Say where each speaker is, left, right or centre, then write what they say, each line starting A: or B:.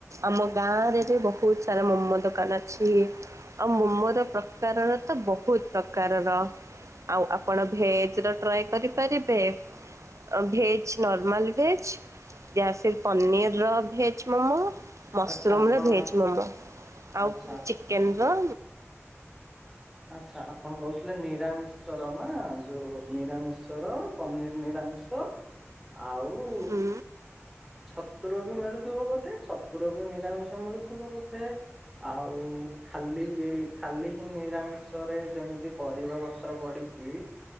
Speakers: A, on the right; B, in the centre.
A: ଆମ ଗାଁ ରେ ବି ବହୁତ ସାରା ମମୋ ଦୋକାନ ଅଛି। ଆଉ ମୋମୋର ପ୍ରକାର ଭେଦ ତ ବହୁତ ପ୍ରକାରର। ଆଉ ଆପଣ ଭେଜର ଟ୍ରାଏ କରିପାରିବେ ଆ ଭେ ଛି ନର୍ମାଲ ଭେଜ ୟା ସେ ପନିରର ଭେଜ ମୋମୋ ମସରୁମ
B: ଆଚ୍ଛା ଆପଣ
A: ର ଭେଜ ମୋମୋ
B: ଆଚ୍ଛା
A: ଆଉ ଚିକେନ ର
B: ଆଚ୍ଛା ଆପଣ କହୁଥିଲେ ନିରାମିଷର ନା ଯୋଉ ନିରାମିଷ ର ପନିର ନିରାମିଷ ଆଉ
A: ହୁଁ
B: ଛତୁର ବି ମିଳୁଥିବ ବୋଧେ ଛତୁର ବି ନିରାମିଷ ମିଳୁଥିବ ବୋଧେ? ଆଉ ଖାଲି ଇ ଖାଲି ହିଁ ନିରାମିଷ ସଷରେ ଯେମିତି ପରିବା ପତ୍ର ପଡିକି